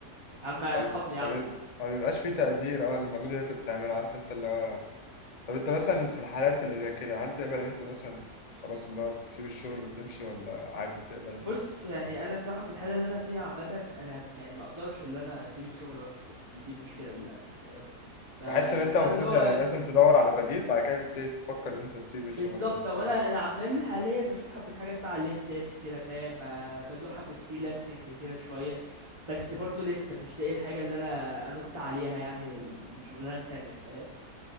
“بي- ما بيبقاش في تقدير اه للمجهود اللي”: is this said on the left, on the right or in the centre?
Left